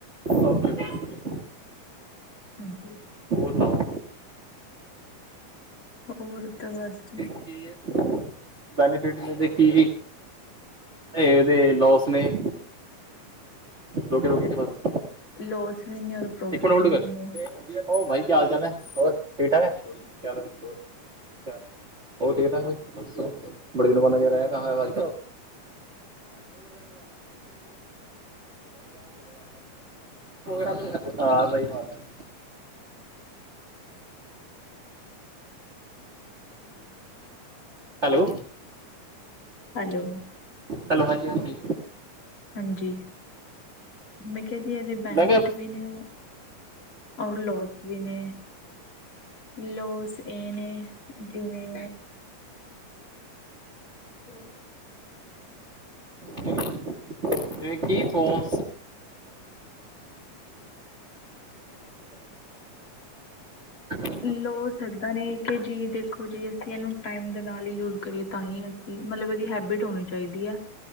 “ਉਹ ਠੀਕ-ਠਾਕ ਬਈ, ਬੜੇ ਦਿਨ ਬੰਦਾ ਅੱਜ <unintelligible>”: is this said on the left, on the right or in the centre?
Right